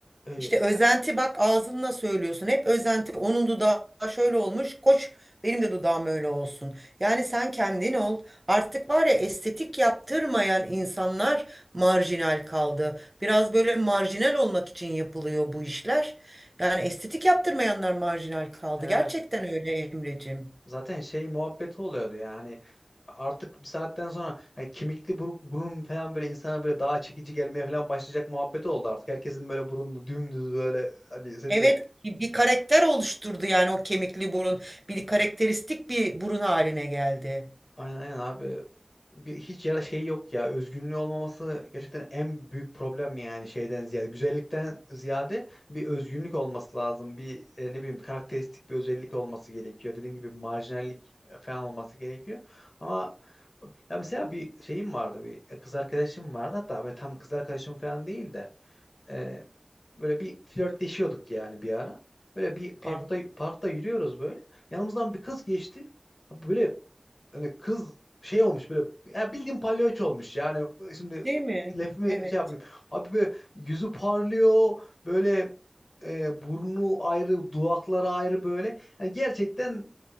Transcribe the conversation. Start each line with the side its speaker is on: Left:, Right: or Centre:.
Left: e,
Right: İşte özenti bak ağzınla söylüyorsun. Hep özenti. Onun dudağı şöyle olmuş. Koş benim de dudağım öyle olsun. Yani sen kendin ol. Artık var ya estetik yaptırmayan insanlar marjinal kaldı. Biraz böyle marjinal olmak için yapılıyor bu işler. Yani estetik yaptırmayanlar marjinal kaldı.
Left: Evet.
Right: Gerçekten öyle Emreciğim.
Left: Zaten şey muhabbeti oluyordu yani artık bir saatten sonra hani kemikli buruk, burun falan böyle insana böyle daha çekici gelmeye falan başlayacak muhabbeti oldu artık. Herkesin böyle burunlu dümdüz böyle hani senin
Right: Evet
Left: de
Right: bir bir karakter oluşturdu yani o kemikli burun. Bir karakteristik bir burun haline geldi.
Left: Aynen aynen abi. Bir, hiç yara şey yok ya. Özgünlüğü olmaması gerçekten en büyük problem yani şeyden ziyade. Güzellikten ziyade bir özgünlük olması lazım. Bir e, ne bileyim karakteristik bir özellik olması gerekiyor. Dediğin gibi marjinallik e, falan olması gerekiyor. Ama ya mesela bir şeyim vardı. Bir e, kız arkadaşım vardı. Hatta böyle tam kız arkadaşım falan değil de e, böyle bir flörtleşiyorduk yani bir ara. Böyle bir parkta
Right: Evet.
Left: parkta yürüyoruz böyle. Yanımızdan bir kız geçti. Böyle hani kız şey olmuş böyle ya bildiğin palyaço olmuş yani şimdi
Right: Değil mi?
Left: lafımı
Right: Evet.
Left: şey yapmayayım. Abi böyle yüzü parlıyor böyle e, burnu ayrı dudakları ayrı böyle. Hani gerçekten